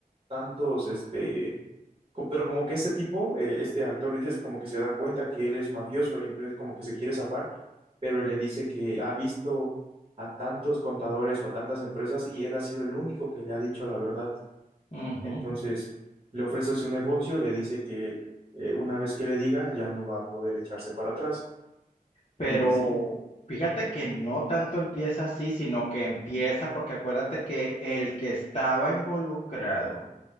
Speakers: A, on the right; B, on the left.
A: tantos, este, co- pero como que este tipo, eh, este actor, dices, como que se da cuenta que él es mafioso, y entonces como que se quiere zafar, pero él le dice que ha visto a tantos contadores o a tantas empresas y él ha sido el único que le ha dicho la verdad.
B: ujú.
A: Entonces le ofrece su negocio y le dice que eh, una vez que le diga ya no va a poder echarse para atrás.
B: Pero
A: Y sí,
B: fíjate que no tanto empieza así, sino que empieza porque acuérdate que el que estaba involucrado